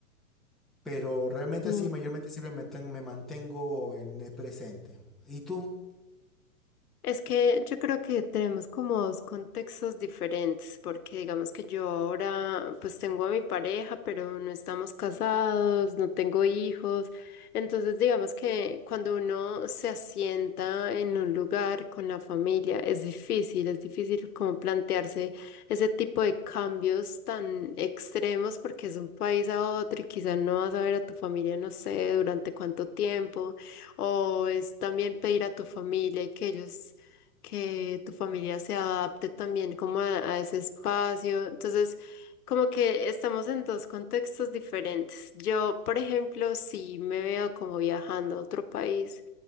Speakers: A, in the centre; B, on the left.
A: Pero realmente
B: Sí.
A: así, mayormente siempre me, ten- me mantengo en el presente. ¿Y tú?
B: Es que yo creo que tenemos como dos contextos diferentes, porque digamos que yo ahora pues tengo a mi pareja, pero no estamos casados, no tengo hijos. Entonces digamos que cuando uno se asienta en un lugar con la familia es difícil, es difícil como plantearse ese tipo de cambios tan extremos porque es un país a otro y quizás no vas a ver a tu familia, no sé, durante cuánto tiempo. O es también pedir a tu familia y que ellos que tu familia se adapte también como a, a ese espacio. Entonces, como que estamos en dos contextos diferentes. Yo, por ejemplo, sí me veo como viajando a otro país.